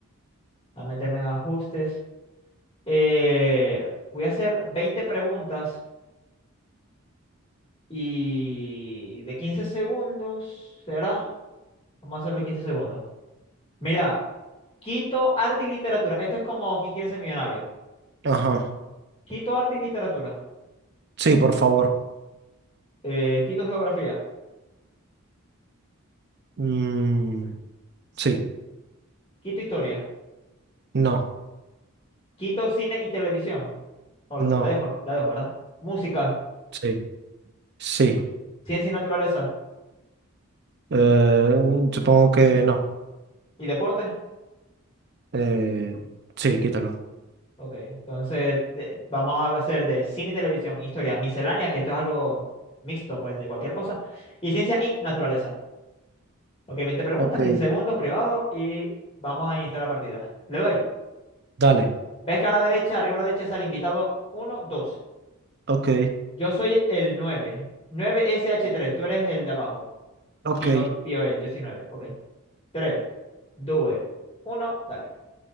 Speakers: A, on the left; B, on the right.
A: Dame meterme en ajustes. Eh, voy a hacer 20 preguntas y de 15 segundos, ¿será? Vamos a hacerlo 15 segundos. Mira, Quito, arte y literatura. Esto es como quien quiere ser millonario.
B: Ajá.
A: Quito, arte y literatura.
B: Sí, por favor.
A: Eh, Quito, geografía.
B: Mm, sí,
A: Quito, historia.
B: no,
A: Quito, cine y televisión. No, la,
B: no,
A: la dejo, la dejo, ¿verdad? Música,
B: sí, sí.
A: ciencia y naturaleza
B: Eh, supongo que no.
A: y deporte.
B: Eh, sí, quítalo.
A: Ok, entonces de- vamos a hacer de cine y televisión, e historia, miscelánea, que esto es algo mixto, pues, de cualquier cosa, y ciencia y naturaleza. Ok, 20 preguntas,
B: Ok,
A: 15 segundos, privado, y vamos a iniciar la partida. Le doy.
B: dale.
A: ¿Ves que a la derecha, arriba a la derecha sale invitado uno, dos.
B: Ok,
A: Yo soy el 9, 9 sh tres. tú eres el de abajo.
B: ok.
A: Pío, Pío es, yo soy 9. Ok. Tres, dos, uno, dale.